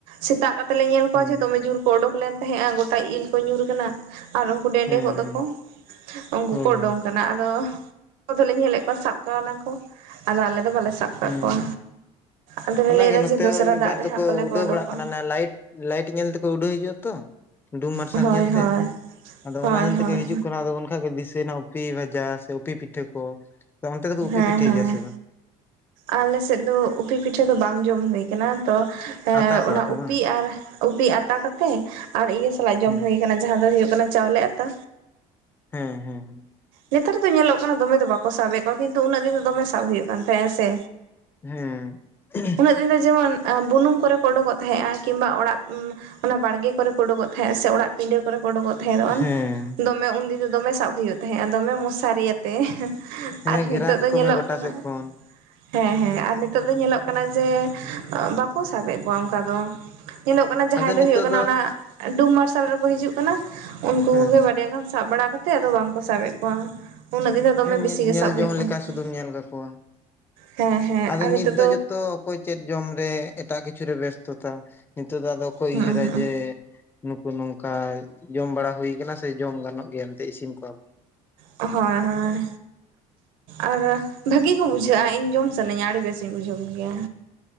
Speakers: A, on the right (about 85°); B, on the left (about 15°).
A: ᱥᱮᱛᱟᱜ ᱠᱟᱛᱮ ᱞᱮ ᱧᱮᱞ ᱠᱚᱣᱟ
B: ᱦᱮᱸ
A: ᱡᱮ ᱫᱚᱢᱮ ᱡᱩᱨ ᱚᱰᱳᱠ ᱞᱮᱱ ᱛᱟᱦᱮᱸᱜᱼᱟ ᱜᱚᱴᱟ ᱤᱞ ᱠᱚ ᱧᱩᱨ ᱠᱟᱱᱟ᱾ ᱟᱨ ᱩᱱᱠᱩ ᱰᱮᱸᱰᱮᱸ
B: ᱦᱮᱸ
A: ᱠᱚᱜ
B: ᱦᱮᱸ
A: ᱫᱚᱠᱚ ᱩᱱᱠᱩ
B: ᱦᱳᱭ
A: ᱠᱚ ᱩᱰᱩᱝ
B: ᱦᱳᱭ
A: ᱠᱟᱱᱟ ᱟᱫᱚ ᱟ ᱫᱚᱞᱮ ᱧᱮᱞᱮᱫ ᱠᱚᱣᱟ ᱥᱟᱵ ᱠᱟᱣ ᱱᱟᱠᱚ ᱟᱫᱚ ᱟᱞᱮ ᱫᱚ ᱵᱟᱞᱮ ᱥᱟᱵ ᱠᱟᱜ
B: ᱦᱮᱸ
A: ᱠᱚᱣᱟ᱾ ᱟᱫᱚᱞᱮ
B: ᱚᱱᱟᱜᱮ
A: ᱞᱟᱹᱭᱫᱟ
B: ᱱᱚᱛᱮ
A: ᱡᱮ ᱫᱚᱥᱨᱟ
B: ᱢᱤᱫᱵᱟᱨ
A: ᱫᱟᱜ ᱨᱮ
B: ᱫᱚᱠᱚ
A: ᱦᱟᱸᱜ ᱯᱟᱞᱮ
B: ᱩᱰᱟᱹᱣ
A: ᱠᱚ ᱚᱰᱳᱠᱚᱜᱼᱟ
B: ᱵᱟᱲᱟᱜ ᱠᱟᱱᱟ ᱞᱟᱭᱤᱴ ᱞᱟᱭᱤᱴ ᱧᱮᱞ ᱛᱮᱠᱚ ᱩᱰᱟᱹᱣ ᱦᱤᱡᱩᱜᱼᱟ ᱛᱚ᱾ ᱰᱩᱢ ᱢᱟᱨᱥᱟᱞ
A: ᱦᱳᱭ
B: ᱧᱮᱞᱛᱮ
A: ᱦᱳᱭ
B: ᱟᱫᱚ
A: ᱦᱳᱭ
B: ᱚᱱᱟ ᱧᱮᱞ
A: ᱦᱳᱭ
B: ᱛᱮᱜᱮ ᱦᱤᱡᱩᱜ ᱠᱟᱱᱟ ᱟᱫᱚ ᱩᱱ ᱠᱷᱟᱡ ᱜᱮ ᱫᱤᱥᱟᱹᱭᱱᱟ ᱯᱤ ᱵᱷᱡᱟ ᱥᱮ ᱩᱯᱷᱤ ᱯᱤᱴᱷᱟᱹ ᱠᱚ ᱚᱱᱛᱮ ᱫᱚᱠᱚ ᱩᱯᱤ
A: ᱦᱮᱸ
B: ᱯᱤᱴᱷᱟᱹᱭ
A: ᱦᱮᱸ
B: ᱜᱮᱭᱟ ᱥᱮ ᱵᱟᱝ
A: ᱟᱞᱮ ᱥᱮᱫ ᱫᱚ ᱩᱯᱷᱤ ᱯᱤᱴᱷᱟᱹ ᱫᱚ ᱵᱟᱝ ᱡᱚᱢ ᱦᱩᱭ ᱠᱟᱱᱟ ᱛᱚ ᱼᱼ
B: ᱟᱛᱟ ᱠᱚᱣᱟ
A: ᱚᱱᱟ
B: ᱠᱚ
A: ᱩᱯᱤ
B: ᱵᱟᱝ
A: ᱟᱨ ᱩᱯᱤ ᱟᱴᱟ ᱠᱟᱛᱮ ᱟᱨ ᱤᱭᱟᱹ ᱥᱟᱞᱟᱜ ᱡᱚᱢ
B: ᱦᱮᱸ
A: ᱦᱩᱭ ᱼᱼ ᱡᱟᱦᱟᱸ ᱫᱚ ᱦᱩᱭᱩᱜ ᱠᱟᱱᱟ ᱪᱟᱣᱞᱮ ᱟᱛᱟ,
B: ᱦᱮᱸ ᱦᱮᱸ ᱦᱮᱸ
A: ᱱᱮᱛᱟᱨ ᱫᱚ ᱧᱮᱞᱚᱜ ᱠᱟᱱᱟ ᱫᱚᱢᱮ ᱫᱚ ᱵᱟᱠᱚ ᱥᱟᱵ ᱮᱫ ᱠᱚᱣᱟ ᱠᱤᱱᱛᱩ ᱩᱱᱟᱹᱜ ᱫᱤᱱ ᱫᱚ ᱫᱚᱢᱮ ᱥᱟᱵ ᱦᱩᱭᱩᱜ ᱠᱟᱱ ᱛᱟᱦᱮᱸᱜ ᱦᱮᱸ ᱥᱮ᱾
B: ᱦᱮ ᱮᱜ
A: ᱩᱱᱟᱹᱜ ᱫᱤᱱ ᱫᱚ ᱡᱮᱢᱚᱱ ᱵᱩᱱᱩᱢ ᱠᱚᱨᱮ ᱠᱚ ᱚᱰᱚᱠᱚᱜ ᱛᱟᱦᱮᱸᱜᱼᱟ ᱠᱤᱝᱵᱟ ᱚᱲᱟᱜ ᱚᱱᱟ ᱵᱟᱲᱜᱮ ᱠᱚᱨᱮ ᱠᱚ ᱩᱰᱳᱠᱚᱜ ᱛᱟᱦᱮᱸᱜ ᱥᱮ ᱚᱲᱟᱜ ᱯᱤᱰᱟᱹ ᱠᱚᱨᱮ ᱠᱚ ᱩᱰᱳᱠᱚᱜ ᱛᱷᱮᱨᱚᱱ
B: ᱦᱮᱸ
A: ᱫᱚᱢᱮ ᱩᱱᱫᱤᱱ ᱫᱚ ᱫᱚᱢᱮ ᱥᱟᱵ ᱦᱩᱭᱩᱜ ᱛᱟᱦᱮᱸᱜᱼᱟ ᱫᱚᱢᱮ ᱢᱚᱥᱟᱨᱤ ᱭᱟᱛᱮ
B: ᱦᱮᱸ
A: ᱟᱨ ᱱᱤᱛᱳᱜ
B: ᱜᱷᱮᱨᱟ
A: ᱫᱚ
B: ᱠᱟᱠᱚ
A: ᱧᱮᱞᱚᱜ
B: ᱢᱮ ᱜᱚᱴᱟ
A: ᱠᱟᱱᱟ,
B: ᱥᱮᱫ ᱠᱷᱚᱱ
A: ᱦᱮᱸ ᱦᱮᱸ ᱟᱨ ᱱᱤᱛᱳᱜ ᱫᱚ ᱧᱮᱞᱚᱜ ᱠᱟᱱᱟ ᱡᱮ ᱵᱟᱠᱚ ᱥᱟᱵᱮᱫ ᱠᱚᱣᱟ ᱚᱝᱠᱟ ᱫᱚ ᱧᱮᱞᱚᱜ ᱠᱟᱱᱟ ᱡᱟᱦᱟᱸᱭ
B: ᱟᱫᱚ
A: ᱫᱚ
B: ᱱᱤᱛᱚᱜ
A: ᱦᱩᱭᱩᱜ ᱠᱟᱱᱟ ᱚᱱᱟ ᱰᱩᱢ ᱢᱟᱨᱥᱟᱞ ᱨᱮᱠᱚ ᱦᱤᱡᱩᱜ ᱠᱟᱱᱟ ᱩᱱᱠᱩ
B: ᱦᱮᱸ
A: ᱠᱩᱜᱮ ᱵᱟᱨᱭᱟ ᱜᱟᱱ ᱥᱟᱵ ᱵᱟᱲᱟ ᱠᱟᱛᱮᱫ ᱟᱫᱚ ᱵᱟᱝ᱾ ᱥᱟᱵᱮᱫ ᱠᱚᱣᱟ᱾ ᱩᱱᱟᱹᱜ ᱫᱤᱱ ᱫᱚ ᱫᱚᱢᱮ
B: ᱦᱮᱸ
A: ᱵᱮᱥᱤ
B: ᱧᱮ
A: ᱜᱮ
B: ᱧᱮᱞ
A: ᱥᱟᱵ ᱦᱩᱭᱩᱜ
B: ᱡᱚᱝ
A: ᱠᱟᱱ
B: ᱞᱮᱠᱟ
A: ᱛᱟᱦᱮᱸᱜᱼᱟ
B: ᱥᱩᱫᱩᱢ ᱧᱮᱞ ᱠᱟᱠᱚᱣᱟ᱾
A: ᱦᱮᱸ ᱦᱮᱸ
B: ᱟᱫᱚ
A: ᱟᱨ
B: ᱱᱤᱛ
A: ᱱᱤᱛᱚᱜ
B: ᱫᱚ ᱡᱚᱛᱚ ᱚᱠᱚᱭ ᱪᱮᱫ ᱡᱚᱢ ᱨᱮ ᱮᱴᱟᱜ ᱠᱤᱪᱷᱩᱨᱮ ᱵᱮᱥᱛᱚᱛᱟ ᱱᱤᱛᱚᱜ ᱫᱚ ᱟᱫᱚ ᱚᱠᱚᱭ
A: ᱦᱩᱸ
B: ᱩᱭᱦᱟᱹᱨᱟᱭ
A: ᱦᱩᱸ
B: ᱡᱮ ᱱᱩᱠᱩ ᱱᱚᱝᱠᱟ ᱡᱚᱢ ᱵᱟᱲᱟ ᱦᱩᱭ ᱠᱟᱱᱟ ᱥᱮ ᱡᱚᱢ ᱜᱟᱱᱚᱜ ᱜᱮᱭᱟ ᱮᱱᱛᱮ ᱤᱥᱤᱱ ᱠᱚᱣᱟ ᱠᱚ᱾
A: ᱦᱚᱭ ᱦᱚᱭ, ᱟᱨ ᱵᱷᱟᱹᱜᱤ ᱠᱚ ᱵᱩᱡᱷᱟᱹᱜᱼᱟ ᱤᱧ ᱡᱚᱢ ᱥᱟᱱᱟᱧᱟ ᱟᱹᱰᱤ ᱵᱮᱥᱤᱧ ᱵᱩᱡᱷᱟᱹᱣ ᱠᱚ ᱜᱮᱭᱟ᱾